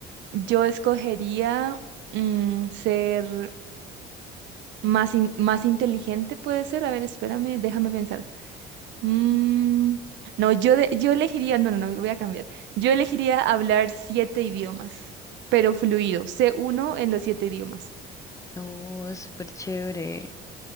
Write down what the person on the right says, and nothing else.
yo escogería mm, ser Más, in- más inteligente puede ser. A ver, espérame, déjame pensar. Mm, no, yo, de- yo elegiría, no, no, no, voy a cambiar. Yo elegiría hablar siete idiomas, pero fluido, c uno en los siete idiomas.